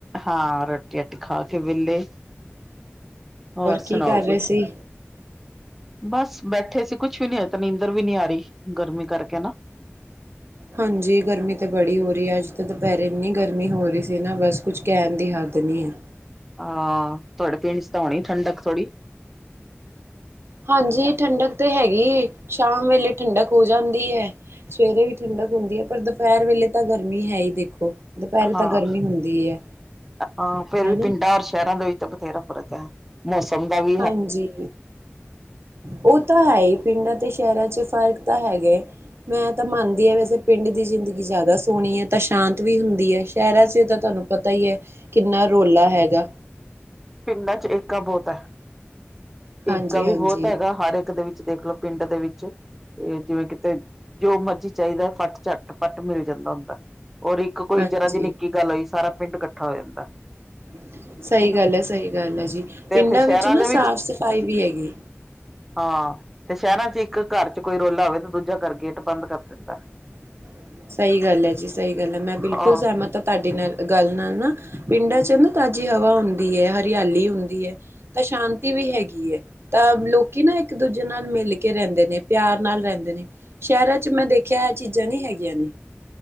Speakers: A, in the centre; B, on the right (about 65°).
A: ਹਾਂ ਰੋਟੀ- ਰਾਟੀ ਖਾ ਕੇ ਵਿਹਲੇ ਹੋਰ
B: ਕੀ
A: ਸੁਣਾਓ
B: ਕਰ ਰਹੇ
A: ਕੁਛ।
B: ਸੀ
A: ਬਸ ਬੈਠੇ ਸੀ ਕੁਛ ਵੀ ਨੀ ਹਜੇ ਤਾ ਨੀਂਦਰ ਵੀ ਨੀ ਆ ਰਹੀ ਗਰਮੀ ਕਰਕੇ ਨਾ।
B: ਹਾਂਜੀ ਗਰਮੀ ਤਾਂ ਬੜੀ ਹੋ ਰਹੀ ਹੈ। ਅੱਜ ਤਾਂ ਦੁਪਹਿਰੇ ਇੰਨੀ ਗਰਮੀ ਹੋ ਰਹੀ ਸੀ ਨਾ ਬਸ ਕੁਝ ਕਹਿਣ ਦੀ ਹੱਦ ਨਹੀਂ ਹੈ।
A: ਹਾਂ ਤੁਹਾਡੇ ਪਿੰਡ ਚ ਤਾਂ ਹੋਣੀ ਠੰਡਕ ਥੋੜ੍ਹੀ
B: ਹਾਂਜੀ ਠੰਡਕ ਤਾਂ ਹੈਗੀ, ਸ਼ਾਮ ਵੇਲੇ ਠੰਡਕ ਹੋ ਜਾਂਦੀ ਹੈ। ਸਵੇਰੇ ਵੀ ਠੰਡਕ ਹੁੰਦੀ ਹੈ ਪਰ ਦੁਪਹਿਰ ਵੇਲੇ ਤਾਂ ਗਰਮੀ ਹੈ ਹੀ ਦੇਖੋ। ਦੁਪਹਿਰੇ ਤਾਂ
A: ਹਾਂ
B: ਗਰਮੀ ਹੁੰਦੀ ਹੈ
A: -ਹਾਂ ਫੇਰ ਵੀ
B: ਹਨਾ
A: ਪਿੰਡਾਂ ਔਰ ਸ਼ਹਿਰਾਂ ਦੇ ਵਿੱਚ ਤਾਂ ਬਥੇਰਾ ਫ਼ਰਕ ਹੈ। ਮੌਸਮ ਦਾ ਵੀਰ
B: ਹਾਂਜੀ। ਉਹ ਤਾਂ ਹੈ ਹੀ ਪਿੰਡਾਂ ਤੇ ਸ਼ਹਿਰਾਂ ਚ ਫ਼ਰਕ ਤਾਂ ਹੈਗੇ। ਮੈਂ ਤਾਂ ਮੰਨਦੀ ਹਾਂ ਵੈਸੇ ਪਿੰਡ ਦੀ ਜ਼ਿੰਦਗੀ ਜ਼ਿਆਦਾ ਸੋਹਣੀ ਹੈ ਤਾਂ ਸ਼ਾਂਤ ਵੀ ਹੁੰਦੀ ਹੈ ਸ਼ਹਿਰਾਂ ਚ ਤਾਂ ਤੁਹਾਨੂੰ ਪਤਾ ਹੀ ਹੈ ਕਿੰਨਾ ਰੌਲਾ ਹੈਗਾ
A: ਪਿੰਡਾਂ ਚ ਏਕਾ ਬਹੁਤ ਹੈ।
B: ਹਾਂਜੀ
A: ਏਕਾ ਵੀ
B: ਹਾਂਜੀ
A: ਬਹੁਤ ਹੈਗਾ ਹਰ ਇੱਕ ਦੇ ਵਿੱਚ ਦੇਖ ਲਓ ਪਿੰਡ ਦੇ ਵਿੱਚ। ਤੇ ਜਿਵੇਂ ਕਿਤੇ ਜੋ ਮਰਜੀ ਚਾਹੀਦਾ ਫੱਟ, ਝੱਟ, ਪੱਟ ਮਿਲ ਜਾਂਦਾ ਹੁੰਦਾ। ਔਰ ਇੱਕ ਕੋਈ
B: ਹਾਂਜੀ
A: ਜਰਾ ਜੀ ਨਿੱਕੀ ਗੱਲ ਹੋਈ ਸਾਰਾ ਪਿੰਡ ਇਕੱਠਾ ਹੋ ਜਾਂਦਾ।
B: <inaudible> ਸਹੀ
A: ਹਨਾ
B: ਗੱਲ ਹੈ -ਸਹੀ ਗੱਲ ਹੈ ਜੀ
A: ਤੇ
B: ਪਿੰਡਾਂ
A: ਇੱਥੇ ਸ਼ਹਿਰਾਂ
B: ਵਿੱਚ ਨਾ
A: ਦੇ
B: ਸਾਫ਼ ਸਫ਼ਾਈ ਵੀ ਹੈਗੀ।
A: ਹਾਂ ਤੇ ਸ਼ਹਿਰਾਂ ਚ ਇੱਕ ਘਰ ਚ ਕੋਈ ਰੋਲਾ ਹੋਵੇ ਤੇ ਦੂਜਾ ਘਰ ਗੇਟ ਬੰਦ ਕਰ ਦਿੰਦਾ।
B: <inaudible> ਸਹੀ ਗੱਲ ਹੈ ਜੀ -ਸਹੀ ਗੱਲ ਹੈ ਮੈਂ ਬਿਲਕੁੱਲ
A: ਹਾਂ
B: ਸਹਿਮਤ ਹਾਂ ਤੁਹਾਡੇ ਨਾਲ ਗੱਲ ਨਾਲ ਨਾ ਪਿੰਡਾਂ
A: ਹੂੰ
B: ਚ ਤਾਜ਼ੀ ਹਵਾ ਹੁੰਦੀ ਹੈ ਹਰਿਆਲੀ ਹੁੰਦੀ ਹੈ ਤਾਂ ਸ਼ਾਂਤੀ ਵੀ ਹੈਗੀ ਹੈ। ਤਾਂ ਲੋਕੀ ਨਾ ਇੱਕ ਦੂਜੇ ਨਾਲ ਮਿਲ ਕੇ ਰਹਿੰਦੇ ਨੇ ਪਿਆਰ ਨਾਲ ਰਹਿੰਦੇ ਨੇ। ਸ਼ਹਿਰਾਂ ਚ ਮੈਂ ਦੇਖਿਆ ਇਹ ਚੀਜ਼ਾਂ ਨਹੀਂ ਹੈਗੀਆਂ ਨੇ।